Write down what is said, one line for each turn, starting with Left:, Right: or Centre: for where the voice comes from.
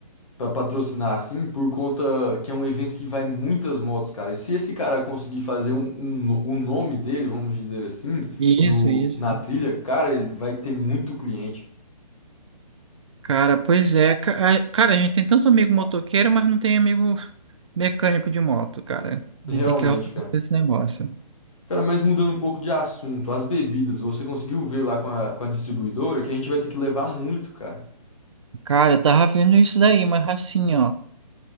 Left: Pra patrocinar assim, por conta que é um evento que vai muitas motos, cara. E se esse cara conseguir fazer um, um no- o nome dele, vamos dizer assim,
Right: Isso,
Left: no,
Right: isso.
Left: na trilha, cara, ele vai ter muito cliente.
Right: Cara, pois é. ca- a- Cara, a gente tem tanto amigo motoqueiro, mas não tem amigo mecânico de moto, cara. A
Left: Realmente,
Right: gente tem que organizar
Left: cara.
Right: esse negócio.
Left: Cara, mas mudando um pouco de assunto, as bebidas, você conseguiu ver lá com a, com a distribuidora que a gente vai ter que levar muito, cara.
Right: Cara, eu tava vendo isso daí, mas assim, ó.